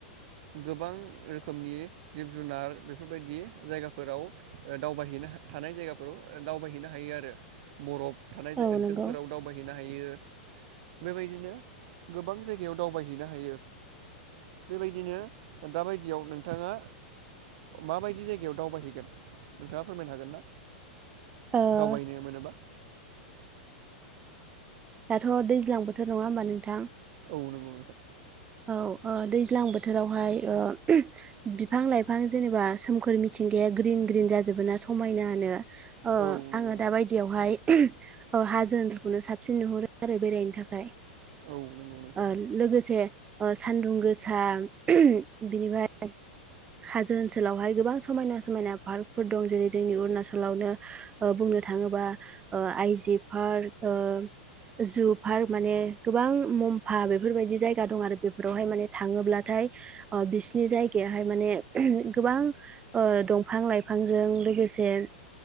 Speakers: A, on the right; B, on the right.
A: गोबां रोखोमनि जिब जुनार बेफोरबायदि जायगाफोराव दावबाय थानाय जायगाफोराव दावबायहैनो हायो आरो बरफ थानाय
B: औ
A: ओनसोलफोराव
B: नंगौ
A: दावबायहैनो हा यो बेबायदिनो गोबां जायगायाव दावबायैनो हायो। बेबायदिनो दाबायदियाव नोंथाङा माबायदि जायगायाव दावबायहैगोन? नोंथाङा फोरमायनो हागोन ना
B: ओ
A: दावबायनो मोनोबा?
B: दाथ' दैज्लां बोथोर नङा होमबा नोंथां
A: नंगौ नंगौ
B: औ दैज्लां बोथोरावहाय ओ बिफां लाइफां जेनेबा सोमखोर मि मिथिंगाया ग्रिन ग्रिन जाजोबो ना समायनानो
A: औ नंगौ
B: आंङो
A: नोंथां
B: दा बायदियावहाय औ हाजो ओनजोलखौनो साबसिन नुहरो आरो बेरायनो थाखाय
A: औ नंगौ नोंथां
B: ओ लोगोसे सान्दुं गोसा बिनिफ्राय हाजो ओनसोलावहाय गोबां समायना समायना पार्कफोर दं जेरै जोंनि अरुणाचलावनो बुंनो थाङोबा ओ आइजि पार्क जु पार्क माने गोबां मम्फा बेफोरबायदि जायगा दं आरो बेफोरावहाय माने थाङोब्लाथाय बिसिनि जायगायाहाय माने गोबां ओ दंफां लाइफांजों लोगोसे